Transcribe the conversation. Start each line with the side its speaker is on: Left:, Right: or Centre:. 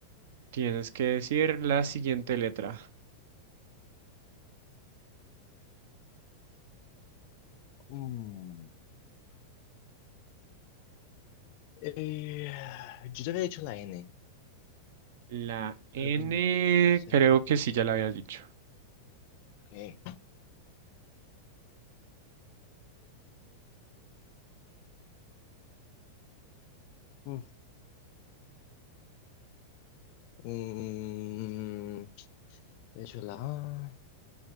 Right: tienes que decir la siguiente letra.
Left: Mm. Eh, yo te había dicho la N.
Right: La N,
Left: Pregunta. ¿Será
Right: creo que
Left: que
Right: sí ya la había dicho.
Left: qué? Mm. Mm, He hecho la A.